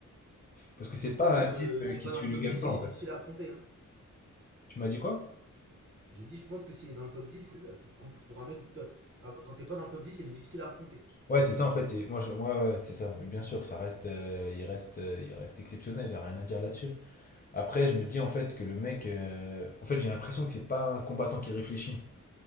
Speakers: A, on the left; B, on the right.
A: Parce que c'est
B: Je pense
A: pas
B: que
A: un type euh,
B: t'es
A: qui
B: pas
A: suit
B: dans le
A: le
B: top
A: game
B: 10,
A: plan
B: il
A: en
B: est difficile
A: fait.
B: à affronter. Hein.
A: Tu m'as dit quoi?
B: J'ai dit, je pense que s'il est dans le top dix, euh, contre- pour un mec, ah, quand t'es pas dans le top 10, il est difficile à affronter.
A: Ouais, c'est ça en fait. C'est... Moi, je... ouais, ouais, c'est ça. Mais bien sûr, ça reste, euh, il reste, euh, il reste exceptionnel. Il n'y a rien à dire là-dessus. Après, je me dis en fait que le mec, euh, en fait, j'ai l'impression que c'est pas un combattant qui réfléchit.